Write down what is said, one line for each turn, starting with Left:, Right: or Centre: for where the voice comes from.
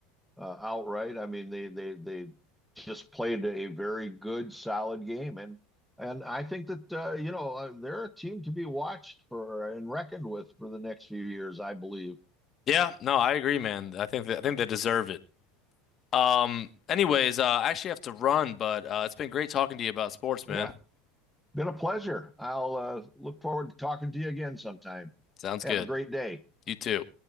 Centre: uh, outright. I mean, they they they just played a very good, solid game, and and I think that uh, you know uh, they're a team to be watched for and reckoned with for the next few years. I believe.
Left: Yeah, no, I agree, man. I think that, I think they deserve it. Um anyways, uh, I actually have to run, but uh, it's been great talking to you about sports, man.
Centre: Yeah, Been a pleasure. I'll uh, look forward to talking to you again sometime.
Left: Sounds
Centre: Have
Left: good.
Centre: a great day.
Left: You too.